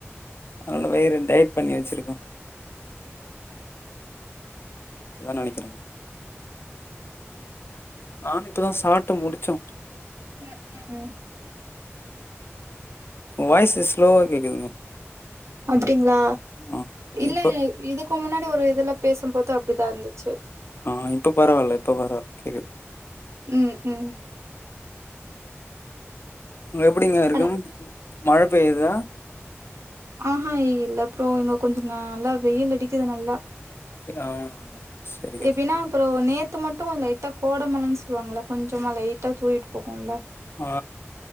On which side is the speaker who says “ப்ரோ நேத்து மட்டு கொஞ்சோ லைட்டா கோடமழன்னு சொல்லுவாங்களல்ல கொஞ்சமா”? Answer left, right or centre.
Right